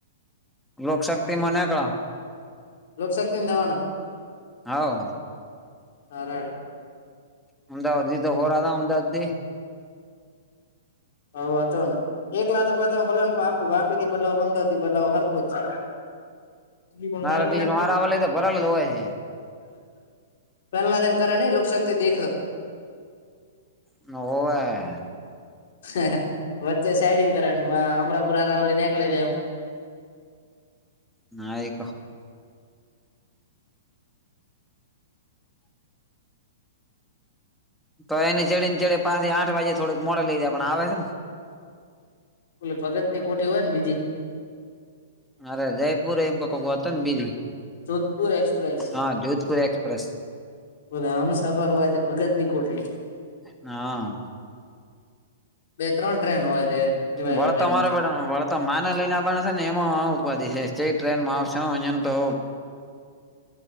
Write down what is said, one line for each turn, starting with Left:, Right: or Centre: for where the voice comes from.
Centre: લોકશક્તિ મને ક.
Left: લોક શકતી ને દવાના.
Centre: હા.
Left: હરાડ.
Centre: અમાવાદી તો હોર, આ અમદવાદી.
Left: હ, વાતા ને. એકલા તો પોતામાં ભ વાપી થી બદલાવ, અમદાવાદથી બદલાવો હરખો જ છે. <unintelligible> લા
Centre: મારા ડીજ મારા લઈ તો ભરેલ જ હોય છે
Left: પહેલામ કરા લોસ દખ દો
Centre: હવે.
Left: હ, વચ્ચે સઈડીંગ કરે અમ્રપુરાર વલ નાનેકલ દે એવું.
Centre: નાય ક તો એની ચડી ને ચડે પાસેથી આઠ વાગે થોડુંક મોડે લઈ જાય પણ આવે છે ને.
Left: બ ભગત ની કોઠી હોય ને બીજી.
Centre: અરે જયપુર એમ કોકક વાત ને બીઝી.
Left: જોધપુર એક્સપ્રેસ.
Centre: હા જોધપુર એક્સપ્રેસ.
Left: બ આમ સફર હોય છે ભગત ની કોઠાઈ.
Centre: હા.
Left: બે ત્રણ ટ્રેન હોય છે. એવા
Centre: વળતારે
Left: એવા ટાઈમે
Centre: બે વળ તો માને લઈને આવના હશે ને એમાં ઉપાધિ છે જે ટ્રેન માં આવશે અહીંયા તો